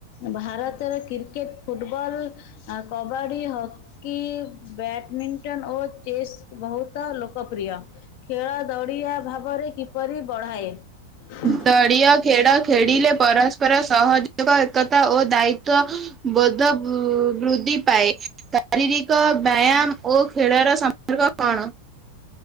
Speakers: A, on the left (about 50°); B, on the right (about 20°).
A: ଭାରତରେ କ୍ରିକେଟ ଫୁଟବଲ୍ ଅ କବା ବାଡ଼ି ହକି ବ୍ୟାଡମିଣ୍ଟନ ଓ ଚେସ୍ ବହୁତ ଲୋକପ୍ରିୟ। ଖେଳ ଦଡ଼ିଆ ଭାବରେ କିପରି ବଢ଼ାଏ? <inaudible>
B: ଦଳୀୟ ଖେଳ ଖେଳିଲେ ପରସ୍ପର ସହଯୋଗ ଏକତା ଓ ଦାୟିତ୍ୱ ବୋଧ ବୂ ବୃଦ୍ଧି ପାଏ। ଶାରୀରିକ ବ୍ୟାୟାମ ଓ ଖେଳର ଳ କଣ?